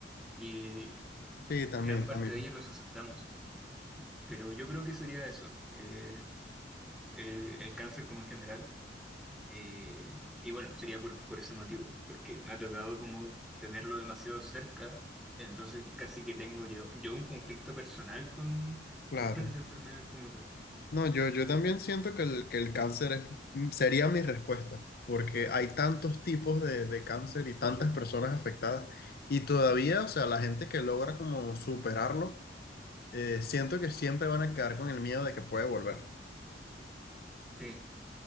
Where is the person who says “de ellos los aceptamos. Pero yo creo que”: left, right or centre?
Centre